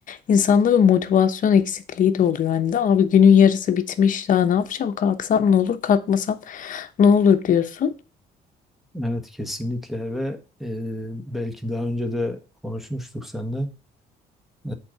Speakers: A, on the left; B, in the centre.
A: insanda bir motivasyon eksikliği de oluyor. Hani de abi günün yarısı bitmiş daha ne yapacağım kalksam ne olur kalkmasam ne olur diyorsun.
B: Evet kesinlikle ve e, belki daha önce de konuşmuştuk seninle. E,